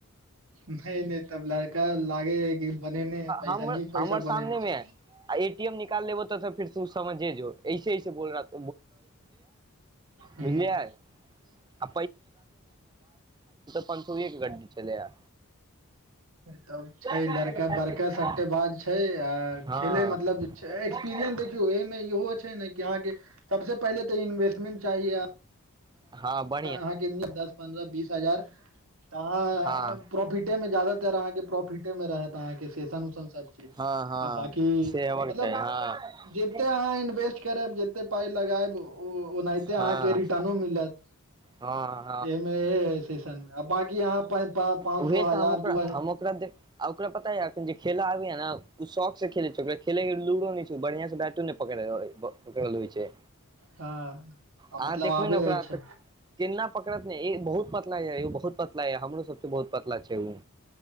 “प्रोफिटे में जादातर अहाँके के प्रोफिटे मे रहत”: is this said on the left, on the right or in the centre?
Right